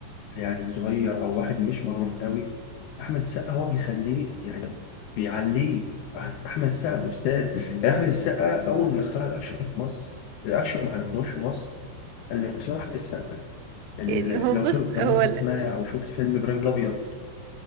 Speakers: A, on the left; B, on the right.
A: يعني صغير او واحد مش معروف قوي احمد السقا هو بيخليه يعني بيعليه أحس- احمد السقا استاذ يعني احمد السقا اول ما اخترع الاكشن في مصر الاكشن ما عرفناش في مصر الا بسبب احمد السقا ال-
B: يعني هو
A: لو
B: بص
A: شو لو
B: هو
A: مثلا
B: ال-
A: تسمعي او شفت فيلم ابراهيم الابيض